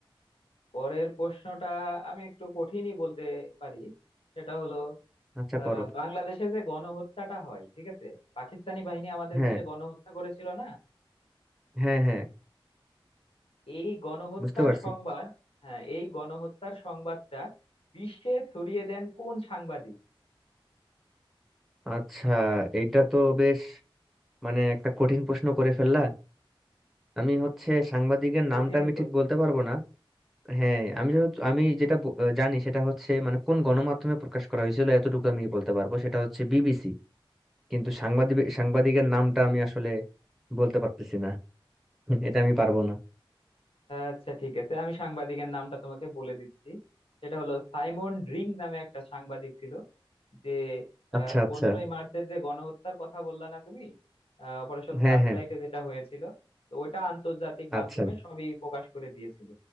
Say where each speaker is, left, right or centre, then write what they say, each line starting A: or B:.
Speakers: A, on the left; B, in the centre.
A: পরের প্রশ্নটা আমি একটু কঠিনই বলতে পারি সেটা হলো
B: আচ্ছা
A: আহ
B: করো
A: বাংলাদেশে যে গণহত্যাটা হয় ঠিক আছে পাকিস্তানি বাহিনী আমাদের
B: হ্যাঁ
A: দেশে গণহত্যা করেছিল না
B: হ্যাঁ হ্যাঁ
A: এই গণহত্যার
B: বুঝতে পারছি
A: সংবাদ হ্যাঁ এই গণহত্যার সংবাদটা বিশ্বে ছড়িয়ে দেন কোন সাংবাদিক
B: আচ্ছা এইটা তো বেশ মানে একটা কঠিন প্রশ্ন করে ফেললা আমি হচ্ছে সাংবাদিকের
A: একটু
B: নামটা
A: কঠিনই
B: আমি
A: করতেছি
B: ঠিক বলতে পারবো না হ্যাঁ আমি যেহেতু- আমি যেটা ব- জানি সেটা হচ্ছে মানে কোন গণমাধ্যমে প্রকাশ করা হয়েছিল এতটুকু আমি বলতে পারবো সেটা হচ্ছে বিবিসি কিন্তু সাংবাদিক সাংবাদিকের নামটা আমি আসলে বলতে পারতেছি না <laughs> এটা আমি পারবো না
A: আচ্ছা ঠিক আছে আমি সাংবাদিকের নামটা তোমাকে বলে দিচ্ছি সেটা হলো সাইমন ড্রিং নামে একটা সাংবাদিক ছিল যে
B: আচ্ছা
A: আহ,
B: আচ্ছা
A: পনেরোই মার্চের যে গণহত্যার কথা বললা না তুমি অপারেশন
B: হ্যাঁ
A: সার্চ
B: হ্যাঁ
A: লাইটে যেটা হয়েছিল তো ওটা আন্তর্জাতিক মাধ্যমে
B: আচ্ছা
A: সবই প্রকাশ করে দিয়েছিল